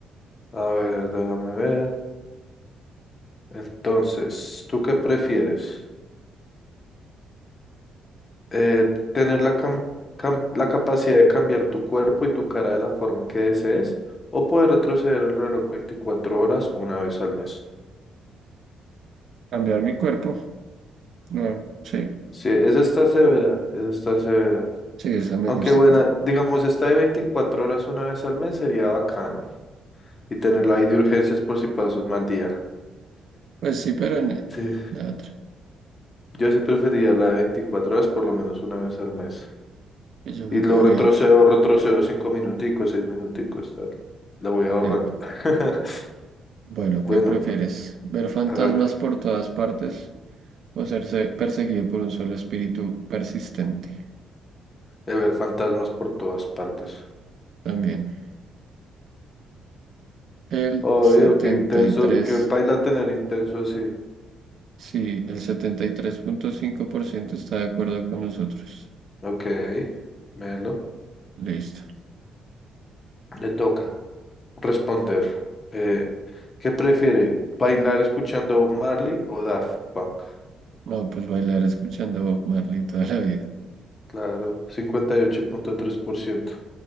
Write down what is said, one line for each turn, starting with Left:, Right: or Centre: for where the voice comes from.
Left: A ver, déjame ver. Entonces, ¿tú qué prefieres? Eh, ¿tener la, cam- cam- la capacidad de cambiar tu cuerpo y tu cara de la forma que desees? ¿O poder retroceder el reloj 24 horas una vez al mes?
Right: Cambiar mi cuerpo. No, sí,
Left: Sí, esa está severa, esa está severa.
Right: sí, esa me
Left: Aunque
Right: gusta.
Left: buena,
Right: porque-
Left: digamos, esta de 24 horas una vez al mes sería bacano. Y tenerla ahí de urgencias por si pasas un mal día.
Right: Pues sí, pero no,
Left: Sí.
Right: la otra.
Left: Yo sí preferiría la de 24 horas por lo menos una vez al mes.
Right: que Yo me
Left: Y
Right: podría.
Left: lo retrocedo, retrocedo cinco minuticos, seis minuticos, tal. La voy ahorrando.
Right: Sí.
Left: <laughs>
Right: Bueno,
Left: Bueno,
Right: ¿qué prefieres? ¿Ver fantasmas
Left: hágala.
Right: por todas partes o serse perseguido por un solo espíritu persistente?
Left: De ver fantasmas por todas partes.
Right: También. El
Left: Obvio,
Right: setenta
Left: qué intenso,
Right: y tres
Left: qué paila tener intenso así.
Right: Sí, el setenta y tres punto cinco por ciento está de acuerdo con nosotros.
Left: Ok, Melo.
Right: Listo.
Left: Le toca responder. Eh, ¿qué prefiere? ¿Bailar escuchando Bob Marley o Daft Punk?
Right: No, pues bailar escuchando Bob Marley toda la vida.
Left: Claro, cincuenta y ocho punto tres por ciento